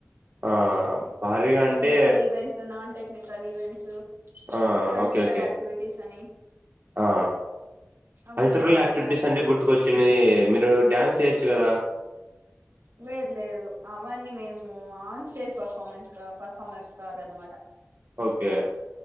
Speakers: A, on the right (about 50°); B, on the right (about 75°).
A: ఆ భారీగా
B: technical
A: అంటే
B: events non technical events
A: ఆ!
B: Cultural
A: ఓకే. okay.
B: యాక్టివిటీస్ అని
A: ఆ
B: అవన్నీ
A: కల్చరల్
B: బాగా
A: యాక్టివిటీస్
B: ప్లాన్ చేస్తున్నారు
A: అంటే గుర్తుకొచ్చింది మీరు డ్యాన్స్ చే చ్చు కదా
B: లేదు లేదు అవన్నీ మేము ఆన్ స్టేజ్ పర్ఫార్మెన్స్ క పర్ఫార్మెఫార్మస్ కదనమాట
A: ఓకే